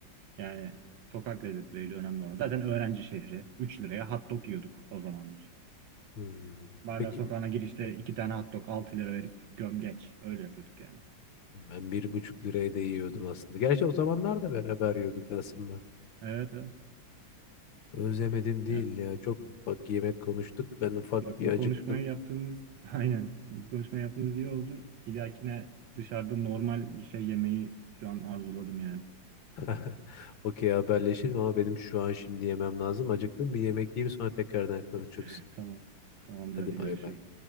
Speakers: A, on the right; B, on the left.
A: Yani sokak lezzetleriydi önemli olan. Zaten öğrenci şehri. 3 liraya hot dog yiyorduk o zamanlar.
B: Hmm.
A: Barla
B: Peki
A: sokağına
B: bir-
A: girişte 2 tane hot dog 6 lira verip gömgeç. Öyle yapıyorduk yani.
B: ben bir buçuk liraya da yiyordum aslında. Gerçi o zamanlar da beraber yiyorduk aslında.
A: Evet evet.
B: Özlemedim değil
A: Yani
B: ya. Çok bak yemek konuştuk. Ben ufak
A: bak
B: bir
A: bu
B: acıktım.
A: konuşmayı yaptığımız <laughs> aynen bu konuşmayı yaptığımız iyi oldu. Bir dahakine dışarıda normal bir şey yemeyi şu an arzuladım yani.
B: <laughs> Okey haberleşelim ama benim şu an şimdi yemem lazım. Acıktım bir yemek yiyeyim sonra tekrardan konuşuruz.
A: <laughs> Tamam. Tamamdır
B: Hadi
A: hadi
B: bay
A: görüşürüz.
B: bay.